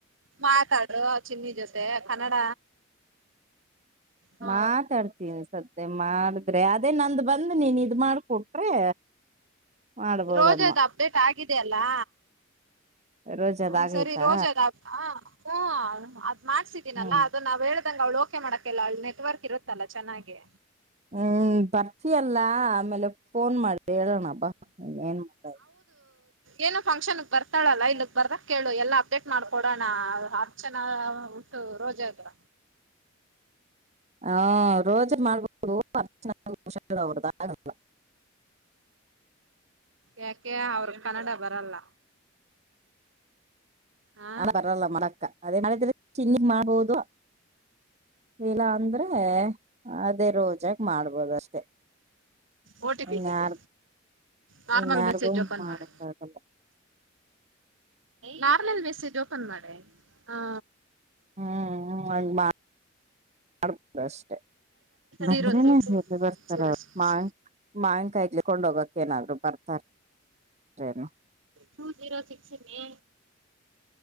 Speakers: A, on the right (about 75°); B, on the right (about 35°).
A: ಮಾತಡ್. ಚಿನ್ನಿ ಜೊತೆ ಕನ್ನಡ. ಹ
B: ಮಾತಾಡ್ತೀವಿ ಸದ್.. ಅದೇ ಮಾಡಿದ್ರೆ ಅದೇ ನಂದು.. ಬಂದ ನೀನ್ ಇದ್ ಮಾಡ್ಕೊಟ್ರೆ.. ಮಾಡ್ಬೋದಮ್ಮ
A: ರೋಜದು ಅಪ್ಡೇಟ್ ಆಗಿ.. ಇದೆ ಅಲ್ಲಾ.
B: ರೋಜ್ ಅದ್
A: ಒಂದ್ಸರಿ
B: ಆಗೈತಾ
A: ರೋಜದ <unintelligible> ಹ್ಮ. ಮಾಡ್ಸಿದೀನಲ್ಲ
B: ಹ್ಮ್
A: ಅದನ್ನ ನಾವು ಹೇಳ.. ನನ್ಗ ಅವಳು ಓಕೆ ಮಾಡಕಲ್ಲ ಅವಳ ನೆಟ್ವರ್ಕ್ ಇರುತ್ತಲ್ಲ ಚೆನ್ನಾಗಿ.
B: ಹ್ಮ್ ಬರ್ತಿಯ ಲ್ಲಾ ಆಮೇಲೆ ಫೋನ್ ಮಾಡಿ ಹೇಳೋಣ ಬಾ ನೀ ಏನ್ ಮಾಡದು.
A: ಏನೊ ಫಂಕ್ಷನ್ಗೆ ಬರ್ತಾಳಲ್ಲ ಇಲ್ಲಕ್ ಬರ್ಕೇಳು ಎಲ್ಲಾ ಅಪ್ಡೇಟ್ ಮಾಡ್ಕೊಡೋಣ ಅರ್ಚನಾ ಉಟು ರೋಜತ್ರ
B: ಹಾ ರೋಜರು ಮಾಡ್ಬೋುದುರ್ಷ ಅವ್ರದ ಆಲ್ಲ
A: ಯಾಕೆ ಅವರು ಕನ್ನಡ ಬರಲ್ಲ. ಹಾ
B: ಅ ಬರಲ್ಲ ಮಾಡಕ್ಕ ಅದೇನ್ ಮಾಡದ್ರಿ. ಚಿನ್ನಿ ಮಾಡ್ಬೋದು. ಇಲ್ಲ ಅಂದ್ರೆ ಅದೇ ರೋಜಾಗ ಮಾಡ್ಬೋದಷ್ಟೆ-
A: ಓ ಟಿ ಪಿ
B: ಇನ್ಯಾರ್-
A: ತೆಗಿ ನಾರ್ಮಲ್
B: ಇನ್ಯಾರ್ಗು
A: ಮೆಸೇಜ್ ಓಪನ್
B: ಮಾಡಕ್ಕಾಗಲ್ಲ.
A: ಮಾಡೆ ನಾರ್ಮಲ್ ಮೆಸೇಜ್ ಓಪನ್ ಮಾಡೇ ಹಾ
B: ಹ್ಮ್ ಮಾಡಬ <unintelligible> ಬಂದ್ರೇನೆ
A: ಜೀರೋ ಸಿಕ್ಸ್
B: ಎಲ್ಲಿ ಬರ್ತಾರ
A: ಜೀರೋ ಸಿಕ್ಸ್
B: ಮಾ ಮಾವಿನಕಾಯಿ ಜಜ್ಕೊಂಡ್ ಹೋಗಕ್ಕೇನಾದ್ರೂ ಬರ್ತಾರೇ -ರೆನೊ..
A: two zero six May